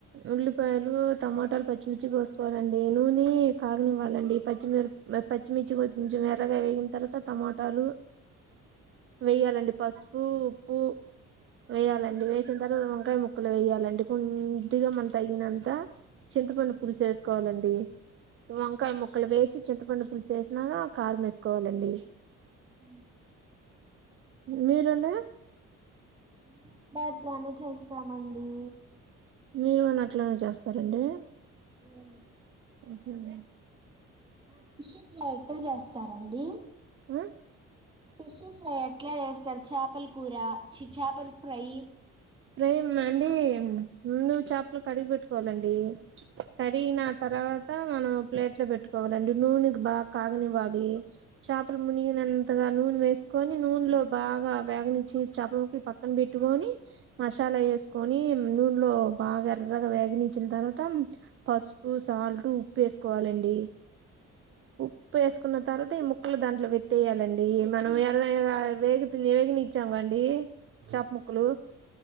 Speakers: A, on the right; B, on the right.
A: ఉల్లిపాయలు టమోటాలు పచ్చిమిర్చి కోసుకోవాలండి నూనె కాగనివ్వాలండి పచ్చిమిర్ పచ్చిమిర్చి కొంచెం ఎర్రగా వేగిన తర్వాత టమోటాలు వెయ్యాలండి పసుపు ఉప్పు వేయాలండి వేసిన తర్వాత వంకాయ ముక్కలు వేయాలండి కొంచెం కొద్దిగా మనం తగినంత చింతపండు పులుసు వేసుకోవాలండి వంకాయ ముక్కలు వేసి చింతపండు పులుసు వేసినాక కారం వేసుకోవాలండి
B: అ
A: మీరండి
B: మేము కూడా ఇట్లానే చేస్తామండి
A: మీరు <unintelligible> అట్లనే చేస్తారండి
B: ఆ
A: సడి
B: <unintelligible> చేస్తారండి
A: ఆ
B: ఫిష్ ఫ్రై ఎట్ల చేస్తారు చాపల్ కూర చి చాపల్ ఫ్రై
A: ఫ్రై అండి ముందు చేపలు కడిగి పెట్టుకోవాలండి కడిగిన
B: ఆ
A: తర <unintelligible> ప్లేట్ లో పెట్టుకోవాలండి నూనెకి బాగా కాగనివ్వాలి చేపలు మునిగినంతగా నూన వేసుకొని నూన్లో బాగా వేగని ఇచ్చి చేపల ముక్కలు పక్కన పెట్టుకొని మసాలా వేసుకొని నూనెలో బాగా ఎర్రగా వేగనీచ్చిన తర్వాత పసుపు సాల్ట్ ఉప్పు వేసుకోవాలండి ఉప్పు వేసుకున్న తర్వాత ఈ ముక్కలు దాంట్లో వితేయాలండి మనం ఎలా <unintelligible> వేగనిఇచ్చాం కండి చప ముక్కలు